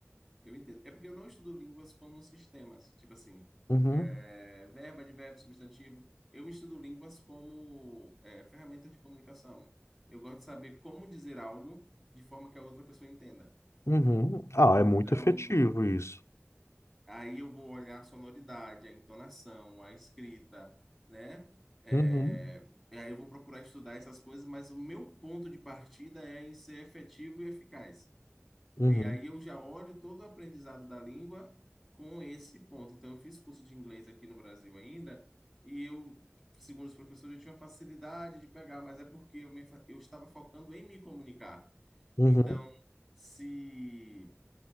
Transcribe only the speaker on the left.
Uhum,
uhum. Ah,
é muito efetivo isso.
Uhum,
uhum,
uhum,